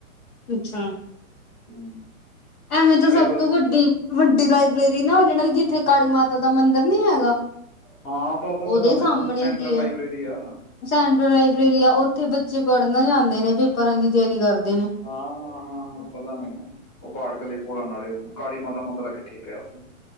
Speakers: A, on the left; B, on the left.
A: ਅੱਛਾ।
B: ਹੂੰ।
A: ਐਵੇਂ ਤਾਂ
B: ਕਈ
A: ਸਭ
B: ਵਾਰ
A: ਤੋਂ ਵੱਡੀ ਵੱ- ਡੀ ਲਾਇਬ੍ਰੇਰੀ ਨਾ ਜਿਹੜਾ ਜਿੱਥੇ ਕਾਲੀ ਮਾਤਾ ਦਾ ਮੰਦਿਰ ਨੀ ਹੈਗਾ
B: ਹਾਂ ਤਾਂ ਤਾਂ
A: ਉਹਦੇ
B: ਪਤਾ ਮੈਨੂੰ
A: ਸਾਹਮਣੇ
B: ਸੈਂਟਰਲ
A: ਜੀ
B: ਲਾਇਬ੍ਰੇਰੀ
A: ਹੈ
B: ਆ
A: ਸੈਂਟਰਲ ਲਾਈਬ੍ਰੇਰੀ ਆ ਉੱਥੇ- ਬੱਚੇ ਪੜ੍ਹਨਾ ਜਾਂਦੇ ਨੇ ਪੇਪਰਾਂ ਦੀ ਤਿਆਰੀ ਕਰਦੇ- ਨੇ
B: ਹਾਂ-ਹਾਂ -ਹਾਂ ਪਤਾ ਮੈਨੂੰ ਫਾਟਕ ਦੇ ਘੋਲਣ ਵਾਲੇ ਕਾਲੀ ਮਾਤਾ ਮੰਦਰਾ ਕਿੱਥੇ ਪਿਆ ਉ ਤੂੰ-